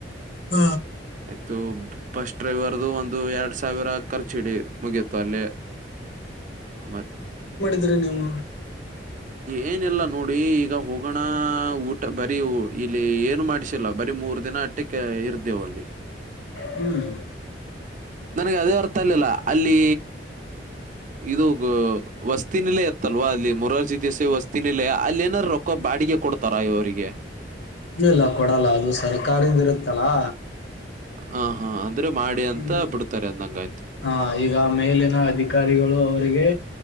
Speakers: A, on the left; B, on the right.
A: ಹ
B: <unintelligible> ಬಸ್ ಡ್ರೈವರ್ ಒಂದು ಎರಡ್ ಸಾವಿರ ಖರ್ಚು ಇಡಿ ಮುಗಿಯತು ಅಲ್ಲೇ ಮತ್.
A: ಇದ್ರೆ ನೀವು.
B: ಏನಿಲ್ಲ ನೋಡಿ ಈಗ ಹೋಗೋಣ ಊಟ ಬರೀ ಇಲ್ಲಿ ಏನು ಮಾಡಿಸಿಲ್ಲ ಬರೀ ಮೂರ್ ದಿನ ಅಟ್ಟಕ್ಕೆ ಇರ್ತೇವ್ ಅಲ್ಲಿ.
A: ಹ್ಮ್
B: ನನಗೆ ಅದೇ ಅರ್ಥ ಅಲಿಲ್ಲ ಅಲ್ಲಿ ಇದು ವಸ್ತಿನಲೇ ಇತ್ತಲ್ವಾ ಅಲ್ಲಿ ಮುರಾರ್ಜಿ. ಜಿ ವಸ್ತಿನ್ ನಿಲಯ ಅಲ್ಲಿ ಏನಾದಾರರು ರೊಕ್ಕ ಬಾಡಿಗೆ ಕೊಡ್ತಾರಾ ಇವರಿಗೆ.
A: ಇಲ್ ಇಲ್ಲ ಕೊಡಲ್ಲ ಅದು ಸರ್ಕಾರಿದ್ ಇರುತ್ತಲಾ.
B: ಹಾ ಹಾ ಅಂದ್ರೆ ಮಾಡಿ ಅಂತ
A: ಇಲ್ಲಿ
B: ಬಿಡ್ತಾರೆ ಅಂದಂಗ ಆಯ್ತು
A: ಹ ಈಗ ಮೇಲಿನ ಅಧಿಕಾರಿಗಳು ಅವರಿಗೆ.